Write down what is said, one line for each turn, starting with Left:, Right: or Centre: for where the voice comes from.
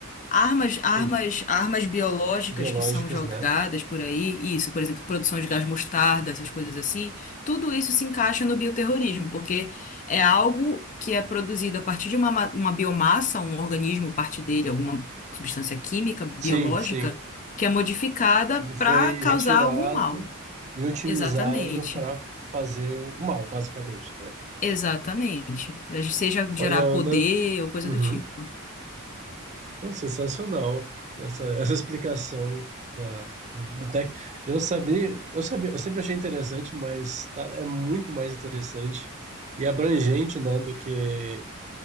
Left: Armas, armas,
Right: Entendi.
Left: armas biológicas
Right: Biológicas,
Left: que são jogadas
Right: né?
Left: por aí, isso, por exemplo, produção de gás mostarda, essas coisas assim, tudo isso se encaixa no bioterrorismo, porque é algo que é produzido a partir de uma, ma- uma biomassa, um organismo, parte dele, alguma substância química, biológica,
Right: Sim, sim.
Left: que é modificada
Right: Ele foi
Left: para causar
Right: retirado
Left: algum mal.
Right: e otimizado
Left: Exatamente.
Right: para fazer o mal, basicamente, né?
Left: Exatamente. Seja gerar
Right: Olha,
Left: poder
Right: Ana,
Left: ou coisa
Right: uhum.
Left: do tipo.
Right: Nossa, sensacional essa, essa explicação da, da biblioteca. Eu sabia, eu sabia, eu sempre achei interessante, mas tá- é muito mais interessante e abrangente, né, do que